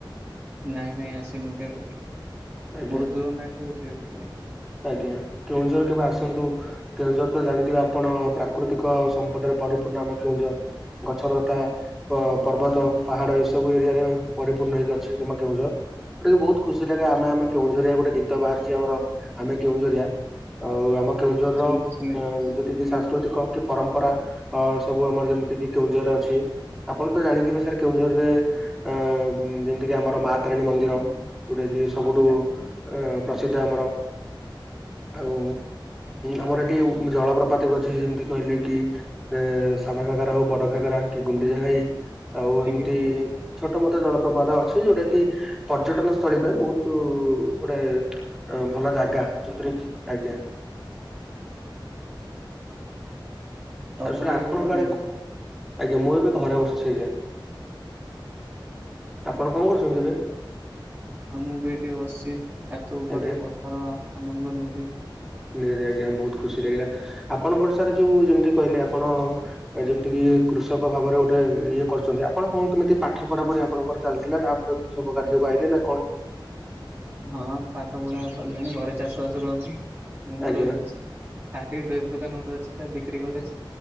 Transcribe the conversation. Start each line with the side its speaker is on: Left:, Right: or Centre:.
Right: ନାଇଁ ନାଇଁ ଆସିନୁ କେବେବି। ବହୁତ
Centre: ଆଜ୍ଞା।
Right: ଦୂର ନାକୁ ସେ ସେଥିପାଇଁ।
Centre: ଆଜ୍ଞା। କେଉଁଝର କେବେ ଆସନ୍ତୁ। କେଉଁଝର ତ ଜାଣିଥିବେ ଆପଣ ପ୍ରାକୃତିକ ସମ୍ପଦରେ ପରିପୂର୍ଣ୍ଣ ଆମ କେଉଁଝର। ଗଛଲତା ଅ ପର୍ବତ ପାହାଡ ଏଇ ସବୁ ଏରିଆ ରେ ପରିପୂର୍ଣ୍ଣ ହେଇକି ଅଛି ଆମ କେଉଁଝର। ଗୋଟାକେ ବହୁତ ଖୁସି ଲାଗେ ଆମେ ଆମେ କେଉଁଝରିଆ ଗୋଟେ ଗୀତ ବାହାରିଛି ଆମର। ଆମେ କେଉଁଝରିଆ। ଆଉ ଆମ କେଉଁଝର
Right: ଶୁଣିଛି
Centre: ର
Right: ଶୁଣିଛି
Centre: ଯେତିକି ସାଂସ୍କୃତିକ କି ପରମ୍ପରା ଅ ସବୁ ଆମର ଯେମିତି କିି କେଉଞ୍ଜରେ ଅଛି। ଆପଣ ତ ଜାଣିଥିବେ ସାର୍ କେଉଁଝରରେ ଅ ଠି ଆମର ମା ତାରାଣୀ ମନ୍ଦିର।
Right: ଆଜ୍ଞା
Centre: ଯୋଉଟା କିି ସବୁଠୁ
Right: ହଁ ଜାଣିଛି ଜାଣିଛି,
Centre: ପ୍ରସିଦ୍ଧ ଆମର। ଆଉ ଆମର ଏଠି ଜଳପ୍ରପତି ଅଛି। ଯେମିତି କହିଲେ କି ଏ ସାନା ଘାଗାରା ହଉ, ବଡ ଘାଗାର କି ଗୁଣ୍ଡିଯା ଘାଇ। ଆଉ ଏମିତି
Right: ଆଜ୍ଞା।
Centre: ଛୋଟ ମୋଟ ଜଳପ୍ରପାତ ଅଛି। ଯୋଉଟା କି ପର୍ଯ୍ୟଟନ ସ୍ଥଳୀ ପାଇଁ ବହୁତ ଗୋଟେ ଭଲ ଜାଗା। ଯୋଉଥିରେ କି ଆଜ୍ଞା। ଆଉ
Right: ଆପଣ
Centre: ସାରେ ଆପଣଙ୍କ
Right: ଏବେ କଣ କରୁଛନ୍ତି?
Centre: ଆଡେ କ ଆଜ୍ଞା। ମୁଁ ଏବେ ଘରେ ବସିଛି ଆଜ୍ଞା। ଆପଣ କଣ କରୁଛନ୍ତି ଏବେ?
Right: ହଁ ମୁଁ ବି ଏଠି ବସିଛି। ଛାତ ଉପରେ
Centre: ଆଜ୍ଞା
Right: ବର୍ଷାର ଆନନ୍ଦ ନଉଛି।
Centre: ନିହାତି ଆଜ୍ଞା। ବହୁତ ଖୁସି ଲାଗିଲା। ଆପଣଙ୍କର ସାର୍ ଯୋଉ ଯେମିତି କହିଲେ ଆପଣ ଏ ଯେମିତି କିି କୃଷକ ଭାବରେ ଗୋଟେ ଇଏ କରିଛନ୍ତି। ଆପଣ କଣ କେମିତି ପାଠ ପଢା ପଢି ଆପଣଙ୍କର ଚାଲିଥିଲା। ତାପରେ କୃଷକ କାର୍ଯ୍ୟ କୁ ଆଇଲେ ନା କଣ?
Right: ହଁ ପାଠ ପଢା ସରିଲାଣି। ଘରେ ଚାଷ ବାସ କରନ୍ତି। ମୁଁ ମୋର
Centre: ଆଜ୍ଞା
Right: ହାଟେରେ ଡ୍ରେସ ଦୋକାନ ଗୋଟେ ଅଛି ତାକୁ ବିକ୍ରି କରେ।